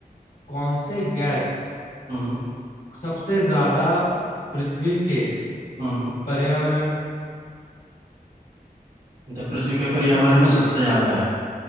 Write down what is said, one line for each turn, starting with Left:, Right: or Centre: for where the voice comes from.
Left: कौन से गैस
Right: हम्म हम्म
Left: सबसे ज्यादा पृथ्वी के
Right: हम्म। हम्म।
Left: पर्यावरण
Right: तो पृथ्वी के
Left: में
Right: पर्यावरण
Left: होती
Right: में
Left: है
Right: सबसे ज्यादा है